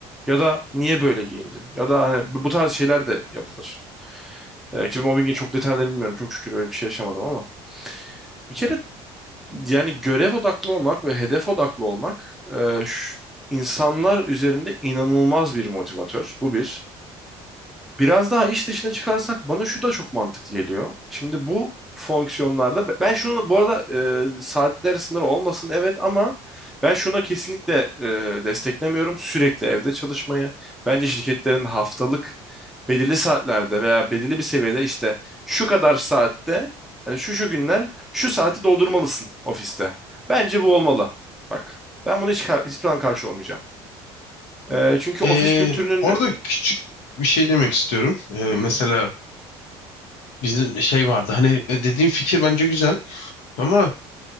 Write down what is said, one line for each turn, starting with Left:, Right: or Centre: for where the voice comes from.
Centre: Ya da niye böyle giyindin? Ya da hani bu bu tarz şeyler de yapılır. Ee, ki mobbingin çok detaylarını bilmiyorum. Çok şükür öyle bir şey yaşamadım ama. Bir kere yani görev odaklı olmak ve hedef odaklı olmak e, şu- insanlar üzerinde inanılmaz bir motivatör. Bu bir. Biraz daha iş dışına çıkarsak bana şu da çok mantıklı geliyor. Şimdi bu fonksiyonlarda ben şunu bu arada e, saatler sınırı olmasın evet ama ben şuna kesinlikle e, desteklemiyorum sürekli evde çalışmayı. Bence şirketlerin haftalık belirli saatlerde veya belirli bir seviyede işte şu kadar saatte yani şu şu günler şu saati doldurmalısın ofiste. Bence bu olmalı. Bak ben bunu hiç kar- hiçbir zaman karşı olmayacağım. E, çünkü ofis
Left: Ee,
Centre: kültürünün
Left: orada küçük bir şey demek
Centre: e,
Left: istiyorum. Ee,
Centre: Hı, hı.
Left: mesela bizim şey vardı. Hani dediğim fikir bence güzel ama